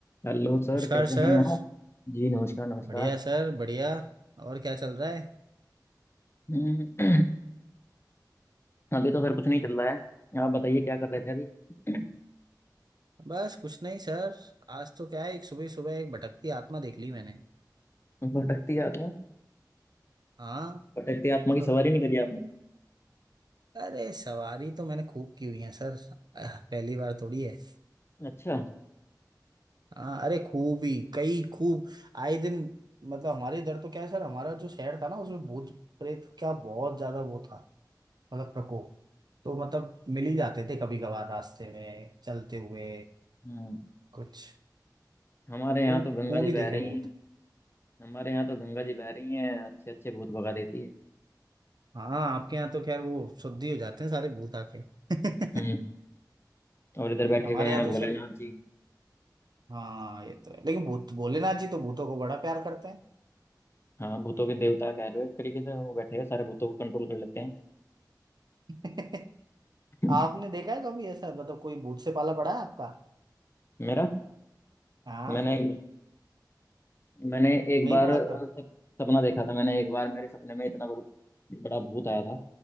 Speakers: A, on the left; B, on the right.
A: Hello sir
B: नमस्कार
A: कैसे
B: सर
A: हैं आप जी नमस्कार नमस्कार
B: बढ़िया सर बढ़िया और क्या चल रहा है
A: हम्म, <clears throat> अभी तो सर कुछ नहीं चल रहा है आप बताइए क्या कर रहे थे अभी <clears throat>
B: बस कुछ नहीं सर आज तो क्या है एक सुबह सुबह एक भटकती आत्मा देख ली मैंने
A: भटकती आत्मा
B: हाँ
A: भटकती आत्मा
B: <laughs>
A: की सवारी नहीं करी आपने
B: अरे सवारी तो मैंने खूब की हुई है सर अह, पहली बार थोड़ी है
A: अच्छा
B: हाँ अरे खूब ही कई खूब आए दिन मतलब हमारे इधर तो क्या है सर हमारा जो शहर था ना उसमें भूत प्रेत का बहुत ज्यादा वो था मतलब प्रकोप तो मतलब मिल ही जाते थे कभी कभार रास्ते में चलते हुए
A: हम्म
B: कुछ
A: हमारे यहाँ
B: खूब
A: तो गंगा
B: खूब
A: जी
B: ही
A: बह
B: देखे
A: रही
B: भूत
A: हैं हमारे यहाँ तो गंगा जी बह रही हैं अच्छे अच्छे भूत भगा देती है
B: हाँ आपके यहाँ तो खैर वो शुद्धि हो जाते हैं सारे भूत आके
A: हम्म
B: <laughs>
A: और इधर बैठे
B: हमारे
A: हुए हैं
B: यहाँ तो
A: भोलेनाथ
B: सर
A: जी
B: हाँ ये तो है लेकिन भूत भोलेनाथ जी तो भूतों को बड़ा प्यार करते
A: हाँ भूतों के देवता कह लो एक तरीके से वो बैठे हैं सारे भूतों को कंट्रोल कर लेते
B: हैं <laughs>
A: हैं
B: आपने देखा है कभी ऐसा मतलब कोई भूत से पाला पड़ा है आपका
A: <laughs> मेरा
B: हाँ
A: मैंने मैंने एक
B: नहीं
A: बार
B: पड़ा
A: अ,
B: कभी
A: सप- सपना देखा था मैंने एक बार मेरे सपने में इतना बड़, बड़ा भूत आया था